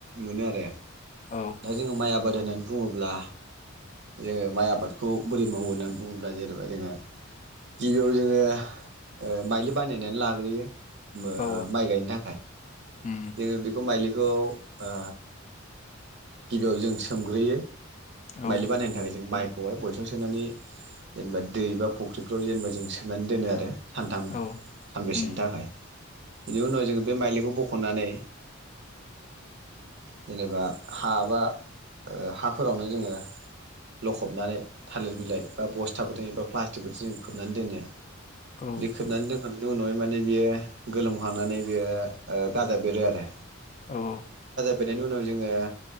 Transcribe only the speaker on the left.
औ
औ
उम
औ
औ
उम
औ
औ